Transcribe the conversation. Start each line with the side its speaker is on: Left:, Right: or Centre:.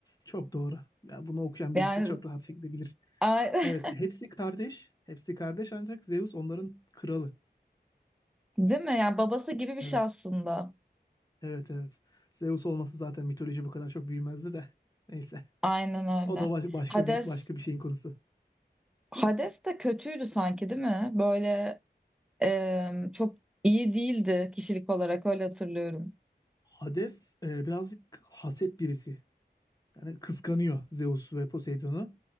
Left: çok doğru. Ya bunu okuyan
Centre: Yani
Left: birisi çok rahat şekilde bilir.
Centre: ay-
Left: Evet, hepsi kardeş. Hepsi kardeş ancak Zeus onların kralı.
Centre: <laughs> değil mi? Yani babası gibi bir
Left: Evet.
Centre: şey aslında.
Left: Evet evet. Zeus olması zaten mitoloji bu kadar çok büyümezdi de. Neyse.
Centre: Aynen
Left: O
Centre: öyle.
Left: da baş- başka
Centre: Hades
Left: bir başka bir şeyin konusu.
Centre: Hades de kötüydü sanki değil mi? Böyle em, çok iyi değildi kişilik olarak öyle hatırlıyorum.
Left: Hades e, birazcık haset birisi. Yani kıskanıyor Zeus ve Poseidon'u.